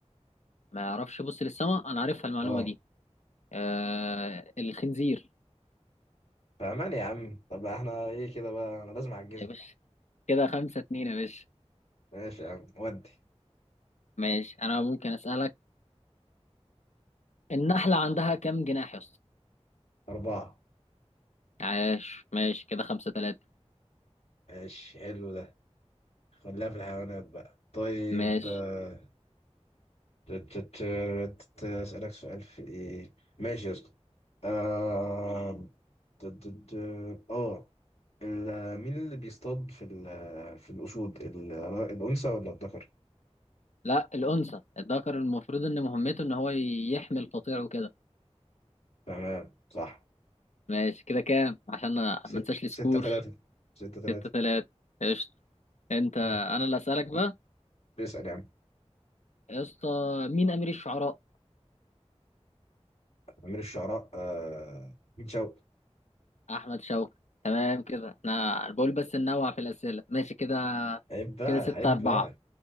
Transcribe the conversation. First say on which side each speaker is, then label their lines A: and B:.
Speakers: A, on the left; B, on the left.
A: ما يعرفش يبص للسماء انا عارفها المعلومه
B: اه
A: دي آه الخنزير
B: فأمان يا عم طب احنا ايه كده بقى أنا لازم أعجزك
A: يا باشا كده خمسة اتنين يا باشا
B: ماشي يا عم ودي
A: ماشي انا ممكن اسالك النحله عندها كام جناح يا اسطى
B: أربعة
A: عاش ماشي كده خمسة تلاتة
B: ماشي حلو ده خليها في الحيوانات بقى طيب
A: ماشي
B: آه، تت- تت- تت- أسألك سؤال في إيه؟ ماشي يا اسطى. آه ت- ت- ت- آه ال- مين اللي بيصطاد في ال- في الأسود ال- الأنثى ولا الذكر؟
A: لا الانثى الذكر المفروض ان مهمته ان هو يحمي القطيع وكده
B: تمام صح
A: ماشي كده كام عشان ما
B: ست-
A: ما انساش السكور
B: ستة ثلاثة ستة ثلاثة
A: ستة تلاتة قشطة انت انا
B: مم.
A: اللي اسالك بقى
B: بيسأل يا عم
A: يا اسطى مين امير الشعراء
B: أمير الشعراء آه أحمد شوقي
A: احمد شوقي تمام كده احنا أنا بقول بس ننوع في الاسئله ماشي كده
B: عيب بقى
A: كده ستة
B: عيب
A: أربعة
B: بقى